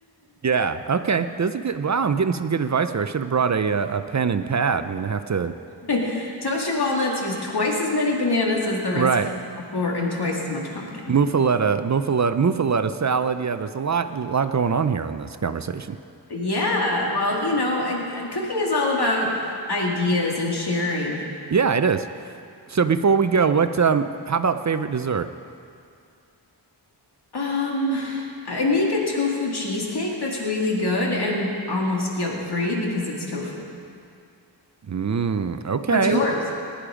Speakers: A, on the right; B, on the left.
A: Yeah, okay. There's a good wow, I'm getting some good advice here. I should have brought a uh, a pen and pad. I'm gonna have to
B: <laughs> Toast your walnuts, use twice as many bananas as the
A: right.
B: recipe called for and twice as much pumpkin.
A: Muffaletta, muffaletta, muffaletta salad. Yeah, there's a lot lot going on here in this conversation.
B: Yeah, well, you know, I- I- cooking is all about ideas and sharing.
A: Yeah, it is. So before we go, what um how about favorite dessert?
B: Um, I make a tofu cheesecake that's really good and almost guilt-free because it's tofu.
A: Mm, okay.
B: What's yours?